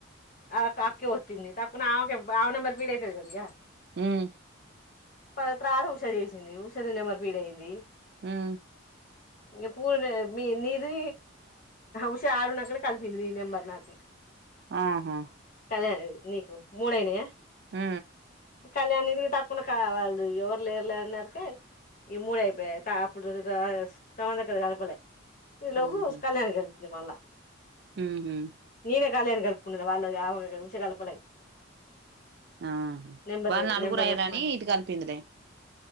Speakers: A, on the left; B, on the right.
A: అ అక్క అక్కే వచ్చింది తక్కున ఆమెక ఆ నెంబర్ పీడ అయితది కడిగా
B: ఉమ్
A: పవిత్రాలు ఉష చేసింది ఉషది నెంబర్ ఫీడ్ అయింది
B: ఉమ్
A: ఇంకా పూర్ మీ నీది ఉష ఆడున్నక్కడ కలిపింది నీ నెంబర్ నాకు
B: ఆహా
A: కళ్యాణ్ నీకు మూడయినాయా
B: ఆ
A: కళ్యాణ ఇదికి తక్కువడా కావాలదు ఎవ లేర్లే అన్నారుకి ఈ మూడ అయిపోయాయి అప్పుడు చ స్థానక్ కలపలే ఇ లోపు
B: ఉహు
A: కళ్యాణ కలిపింది మళ్ళా
B: ఉహు
A: నేనే కళ్యాణి కలుపుపిన్నా వాళ్ళ <unintelligible>
B: ఆ
A: నెంబర్
B: వాళ నలుగురు
A: నెంబర్
B: అయ్యారని
A: చెప్పమని
B: ఇటు కలిపింది లే